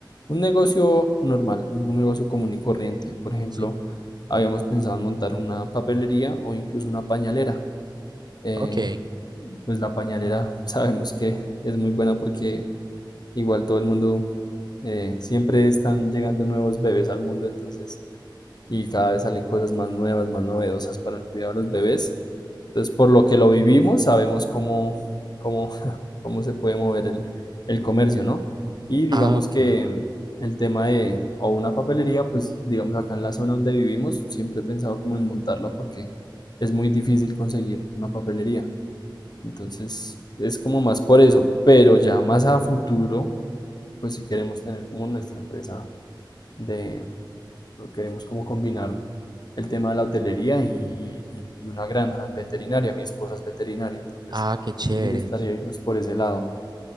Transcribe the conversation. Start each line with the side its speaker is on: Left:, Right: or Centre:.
Left: un negocio normal, un negocio común y corriente. Por ejemplo,
Right: Sí.
Left: habíamos pensado en montar una papelería o incluso una pañalera. Eh,
Right: Ok,
Left: pues la pañalera <laughs> sabemos que es muy buena porque igual todo el mundo, eh, siempre están llegando nuevos bebés al mundo, entonces, y cada vez salen cosas más nuevas, más novedosas para el cuidado de los bebés. Entonces, por lo que lo vivimos, sabemos cómo, cómo, <laughs> cómo se puede mover el, el comercio, ¿no? Y digamos
Right: ah, ok,
Left: que el tema de, o una papelería, pues digamos acá en la zona donde vivimos, siempre he pensado como en montarla porque es muy difícil conseguir una papelería. Entonces, es como más por eso, pero ya más a futuro, pues si queremos tener como nuestra empresa de, Queremos como combinar el tema de la hotelería y, y- y una granja en veterinaria. Mi esposa es veterinaria, entonces
Right: ah, qué chévere.
Left: nos gustaría irnos por ese lado.